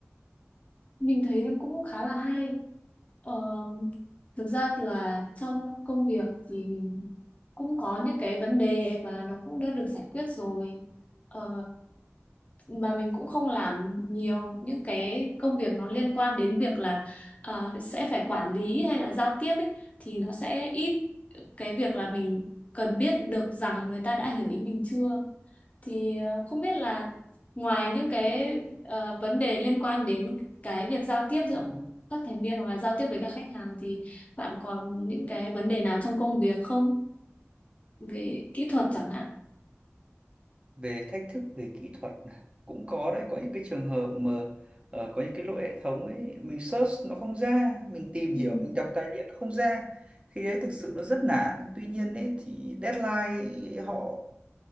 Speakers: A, on the left (about 30°); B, on the right (about 25°).
A: Mình thấy cũng khá là hay. Ờ, thực ra là trong công việc thì mình cũng có những cái vấn đề và nó cũng đã được giải quyết rồi. Ờ, mà mình cũng không làm nhiều những cái công việc nó liên quan đến việc là ờ, sẽ phải quản lý hay là giao tiếp ấy, thì nó sẽ ít cái việc là mình cần biết được rằng người ta đã hiểu ý mình chưa thì ờ, không biết là ngoài những cái ờ, vấn đề liên quan đến cái việc giao tiếp giữa các thành viên hoặc là giao tiếp với các khách hàng thì bạn còn những cái vấn đề nào trong công việc không về kỹ thuật chẳng hạn
B: về thách thức về kỹ thuật cũng có đấy có những cái trường hợp mà ờ, có những cái lỗi hệ thống ấy mình search nó không ra mình tìm
A: Ừ.
B: hiểu mình đọc tài liệu nó không ra khi đấy thực sự nó rất nản tuy nhiên ấy thì deadline họ